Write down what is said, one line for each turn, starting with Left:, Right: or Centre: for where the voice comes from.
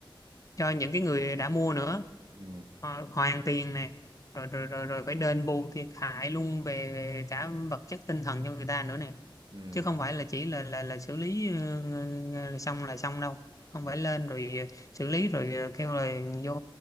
Left: cho những cái người đã mua nữa,
Right: Ừ.
Left: Ho- hoàn tiền nè, rồi rồi rồi rồi phải đền bù thiệt hại luôn về, về cả vật chất tinh thần cho người ta nữa nè
Right: Ừ.
Left: chứ không phải là chỉ là là là xử lý ờ, là xong là xong đâu không
Right: Ừ.
Left: phải lên rồi ờ, xử lý rồi ờ, kêu là vô